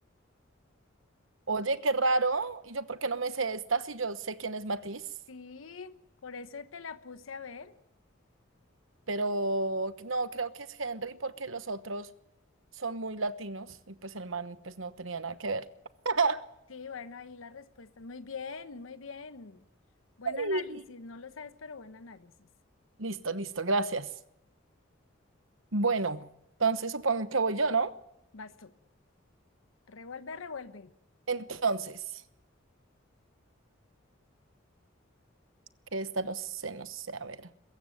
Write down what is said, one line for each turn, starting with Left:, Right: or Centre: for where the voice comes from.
Right: Oye, qué raro. ¿Y yo por qué no me sé esta si yo sé quién es Matiz?
Left: Sí, por eso te la puse a ver.
Right: Pero no, creo que es Henry porque los otros son muy latinos y pues el man pues no tenía nada que ver. <laughs>
Left: Sí, bueno, ahí la respuesta. Muy bien, muy bien. Buen
Right: Sí.
Left: análisis, no lo sabes, pero buen análisis.
Right: Listo, listo, gracias. Bueno, entonces supongo que voy yo, ¿no?
Left: Vas tú. Revuelve, revuelve.
Right: Entonces, que esta no sé, no sé, a ver.